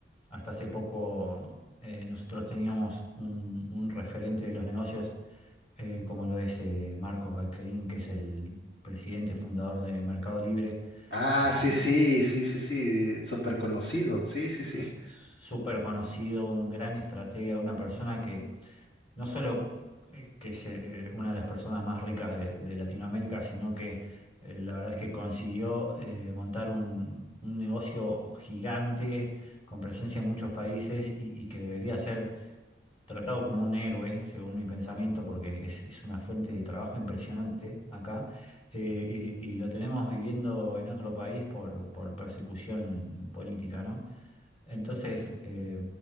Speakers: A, on the left; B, on the left.
A: hasta hace poco eh, nosotros teníamos un, un referente de los negocios, eh, como lo es eh, Marcos Galperín, que es el presidente fundador de Mercado Libre,
B: Ah,
A: que es
B: sí,
A: una...
B: sí, sí, sí, sí, súper conocido, sí, sí, sí.
A: s- súper conocido, un gran estratega, una persona que no solo eh, que es eh, una de las personas más ricas de, de Latinoamérica, sino que eh, la verdad es que consiguió eh, montar un, un negocio gigante con presencia en muchos países y, y que debería ser tratado como un héroe, según mi pensamiento, porque es, es una fuente de trabajo impresionante acá. eh, y, y lo tenemos viviendo en otro país por, por persecución política, ¿no? Entonces, eh,